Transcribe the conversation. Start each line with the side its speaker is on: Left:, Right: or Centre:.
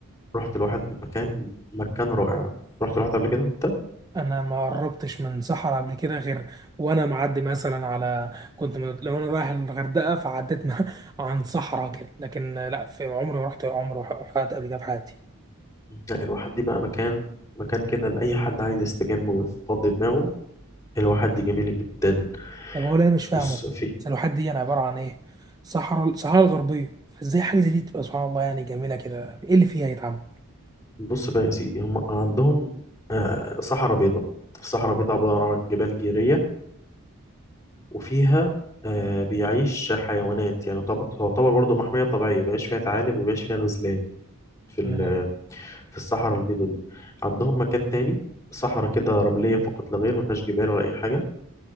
Left: رحت الواحات مكان مكان رائع رحت الواحات قبل كده أنت
Right: انا ما قربتش من صحراء قبل كده غير وانا معدي مثلا على كنت م- لو انا رايح الغردقه فعديت مع- <laughs> عن صحراء كده لكن لا في عمري ما رحت عمري وح- حد قبل كده في حياتي
Left: لا الواحات دي بقى مكان مكان كده لأي حد عايز يستجم ويفضي دماغه الواحات دي جميلة جدا
Right: طب هو اللي انا مش فاهمه
Left: بص في
Right: السلوحات دي انا عباره عن ايه صحراء الصحراء الغربيه فازاي حاجه زي دي تبقى سبحان الله يعني جميله كده ايه اللي فيها يتعمل
Left: بص بقى يا سيدي هم عندهم آه، صحراء بيضاء الصحراء بيضاء عبارة عن جبال جيرية وفيها آه، بيعيش حيوانات يعني طب- تعتبر برضه محمية طبيعية بيعيش فيها ثعالب وبيعيش فيها غزلان في
Right: تمام
Left: ال- في الصحراء البيضاء دي عندهم مكان تاني صحراء كده رملية فقط لا غير ما فيهاش جبال ولا أي حاجة